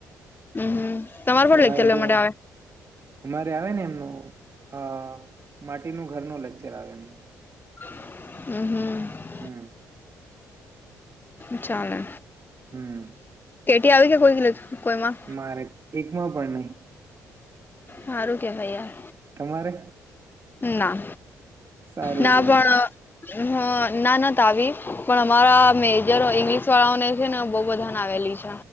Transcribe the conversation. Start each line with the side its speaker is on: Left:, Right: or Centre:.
Left: હમ. હમ. તમારે
Right: સરાવી
Left: પણ લેક્ચર લેવા
Right: દેવું
Left: માટે આવે
Right: અમારે આવેને એમનું અ માટીનું ઘરનું લેક્ચર આવે એમનું.
Left: હમ્મ-હમ્મ.
Right: હમ્મ.
Left: ચાલે.
Right: હમ્મ.
Left: કેટી આવી ગયેલી કોઈ <unintelligible> કોઈમાં?
Right: મારે એકમાં પણ નહીં.
Left: હારું કે ભૈયા.
Right: તમારે?
Left: ના,
Right: સારું
Left: ના
Right: કેવાય
Left: પણ અહ નાનાત આવી, પણ અમારા મેજર ઈંગ્લિશ વાળાઓને છે ને બહુ બધા ને આવેલી. છે.